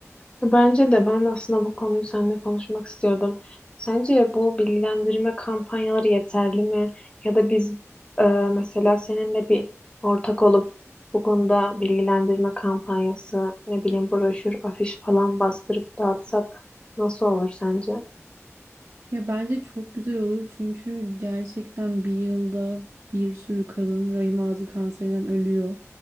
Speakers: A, on the left; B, on the right.
A: Bence de ben aslında bu konuyu seninle konuşmak istiyordum. Sence bu bilgilendirme kampanyaları yeterli mi? Ya da biz e, mesela seninle bir ortak olup bu konuda bilgilendirme kampanyası, ne bileyim broşür, afiş falan bastırıp dağıtsak nasıl olur sence?
B: Ya bence çok güzel olur çünkü gerçekten bir yılda bir sürü kadın rahim ağzı kanserinden ölüyor.